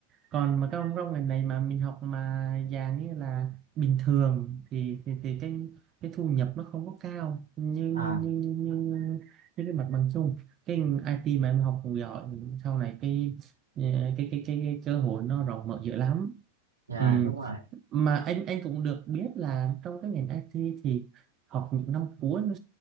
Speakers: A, on the right (about 30°); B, on the right (about 75°).
A: Còn mà các ông trong ngành này mà mình học mà dạng như là bình thường thì thì, thì cái cái thu nhập nó không có cao như như
B: à
A: như như, như, như cái mặt bằng chung cái IT mà em học cũng giỏi sau này cái ờ, cái cái cái, cái cơ hội nó rộng mở dữ lắm
B: dạ
A: ừ.
B: đúng rồi
A: Mà anh anh cũng được biết là trong cái ngành IT thì học những năm cuối nó